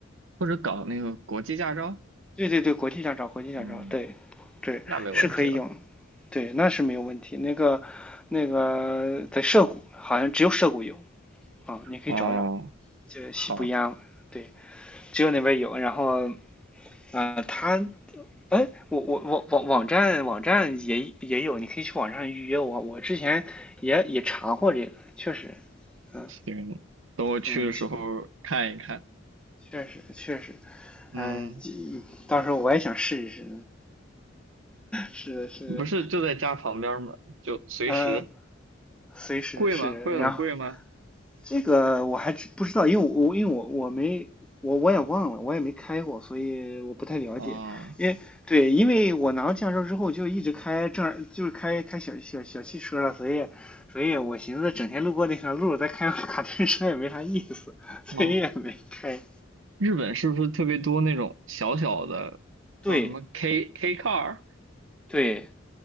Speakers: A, on the right; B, in the centre.
A: 或者搞那个国际驾照，
B: 对对对，国际驾照，国际驾照，
A: 嗯，
B: 对，对，
A: 那没问题了。
B: 是可以用，对，那是没有问题。那个，那个在涉谷，好像只有涉谷有啊，你可以找找，
A: 哦，
B: 就西不央，
A: 好，
B: 对，只有那边有。然后，呃，他，哎，我我我网网站网站也也有，你可以去网上预约我。我之前也也查过这个，确实，嗯
A: 行，等我去的时候看一看。
B: 嗯，确确实确实，
A: 嗯，
B: 嗯、呃到时候我也想试一试，是是
A: 不是就在家旁边吗？就随时。
B: 嗯、呃随时是，
A: 贵吗？会很贵吗？
B: 然后这个我还知不知道，因为我因为我我没我我也忘了，我也没开过，所以我不太了解。
A: 啊、
B: 因为对，因为我拿到驾照之后就一直开正儿就是开开小小小汽车了，所以所以我寻思整天路过那条路再开卡丁车也没啥意思，所以也没开。
A: 哦，日本是不是特别多那种小小的，叫什么
B: 对
A: K K car？
B: 对，